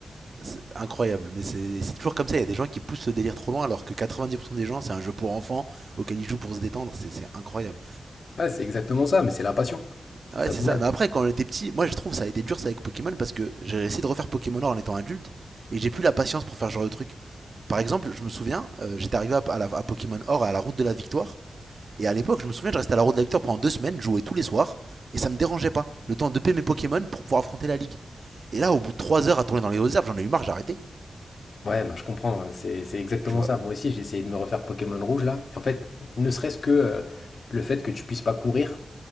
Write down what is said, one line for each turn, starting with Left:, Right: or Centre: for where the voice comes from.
Right: c'est incroyable, mais c'est c'est toujours comme ça. Il y a des gens qui poussent le délire trop loin, alors que 90% des gens, c'est un jeu pour enfants auquel ils jouent pour se détendre. C'est c'est incroyable.
Left: Ouais, c'est exactement ça, mais c'est la passion. C'est
Right: Ah
Left: ça
Right: Ouais, c'est
Left: qu'on
Right: ça.
Left: aime.
Right: Mais après, quand on était petit, moi je trouve ça a été dur ça avec Pokémon parce que j'ai essayé de refaire Pokémon Or en étant adulte et j'ai plus la patience pour faire ce genre de truc. Par exemple, je me souviens, euh, j'étais arrivé à, à la- à Pokémon Or à la route de la victoire. Et à l'époque, je me souviens, je restais à la route de la victoire pendant deux semaines, je jouais tous les soirs, et ça me dérangeait pas. Le temps de payer mes Pokémon pour pouvoir affronter la ligue. Et là, au bout de trois heures à tourner dans les hautes herbes, j'en ai eu marre, j'ai arrêté.
Left: Ouais, bah, je comprends, hein, c'est c'est exactement
Right: Tu vois.
Left: ça. Moi aussi, j'ai essayé de me refaire Pokémon Rouge là. Et en fait, ne serait-ce que euh, le fait que tu puisses pas courir,